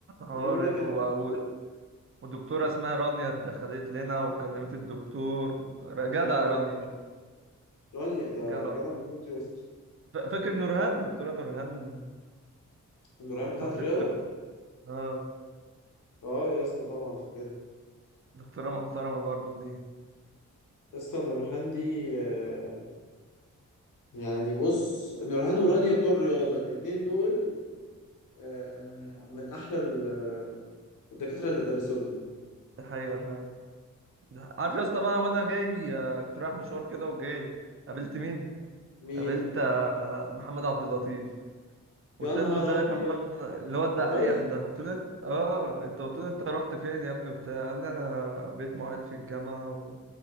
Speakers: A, on the right; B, on the left.
A: حوار
B: اليوم ده
A: يا اخو
B: كان فيه-
A: و- و- ودكتوره اسمها رانيا دخلت لنا وكلمت الدكتور ر- جدع
B: اه
A: رانيا
B: راني ده
A: جدع
B: جدع موت يا اسطى
A: فا- فاكر نورهان دكتوره نورهان
B: النورهان
A: بتاعت
B: بتاعت الرياضه
A: الرياضة. اه
B: اه يا اسطى طبعا فاكرها
A: دكتوره محترمه برضو دي
B: يا اسطى النورهان دي آه، يعني بص نورهان ورانيا بتوع الرياضة الاتنين دول آه، من أحلى ال- الدكاترة اللي درسوا لنا
A: دي حقيقه فعلا ده- عارف يا اسطى بقى وانا جاي بي- آه، كنت رايح مشوار كده وجاي قابلت مين
B: مين؟
A: قابلت محمد عبد اللطيف قلت
B: يا نهار
A: له ازيك
B: أبيض
A: يا محمد اللي هو الدحيح
B: الريس
A: ده قلت له انت- اه انت قلت له انت رحت فين يا ابني بتاع قال لي انا بقيت معيد في الجامعه و...